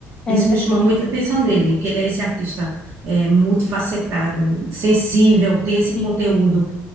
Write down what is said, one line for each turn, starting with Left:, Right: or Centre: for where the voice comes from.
Left: é
Right: Isso
Left: verdade.
Right: me chama muita atenção dele, que ele é esse artista é, multifacetado, sensível, tem esse
Left: Sim.
Right: conteúdo